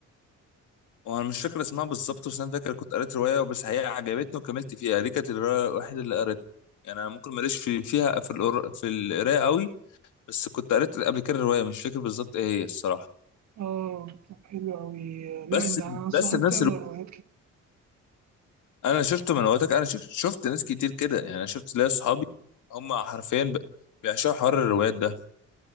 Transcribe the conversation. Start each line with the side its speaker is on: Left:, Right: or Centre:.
Left: وانا مش فاكر اسمها بالظبط بس انا فاكر كنت قريت روايه بس هي عجبتني وكملت فيها دي كانت الروايه الوحيده اللي قريتها يعني انا ممكن ماليش في فيها في القر... في القرايه قوي بس كنت قريت قبل كده الروايه مش فاكر بالظبط ايه هي الصراحه
Right: اه طب حلو أوي لا
Left: بس
Right: أنت أنصحك
Left: بس الناس
Right: تقرا روايات كده
Left: انا شفته من وقتك انا شفت شفت ناس كتير كده يعني انا شفت ليا صحابي هم حرفيا ب- بيعشقوا حر الروايات ده